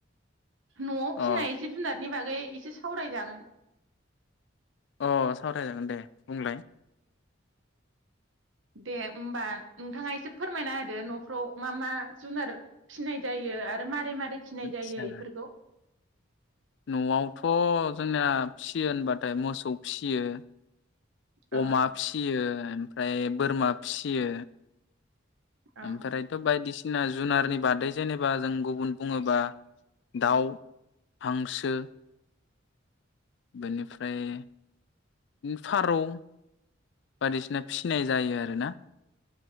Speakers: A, on the right (about 80°); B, on the left (about 60°).
A: न'आव
B: अ
A: फिनाय एसे जुनारनि बागै एसे सावरायजागोन
B: अ सावरायजागोन दे बुंलाय।
A: दे होमबा नोंथाङा एसे फोरमायना होदो न'फ्राव मा मा? जुनार फिनाय जायो आरो मारै मारै फिनाय
B: आतसा
A: जायो बेफोरखौ
B: न'आवथ' जोंना फिसियो होनबाथाय मोसौ फिसियो
A: औ
B: अमा फियो ओमफ्राय बोरमा फियो
A: औ
B: ओमफ्रायथ' बायदिसिना बायदिसिना जुनारनि बादै जेनेबा जों गुबुन बुङोबा दाउ हांसो बेनिफ्राय फारौ बायदिसिना फिसिनाय जायो आरोना